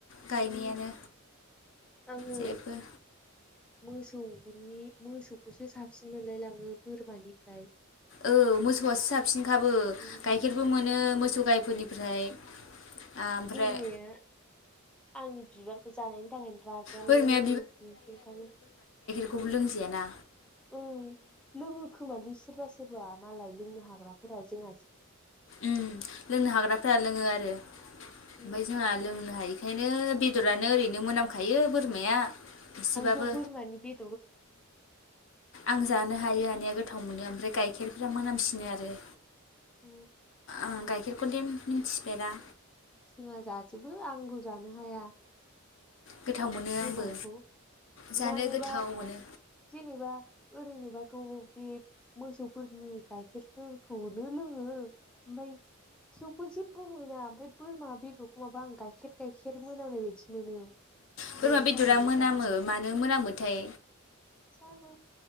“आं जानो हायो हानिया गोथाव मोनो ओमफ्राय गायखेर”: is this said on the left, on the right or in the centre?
Left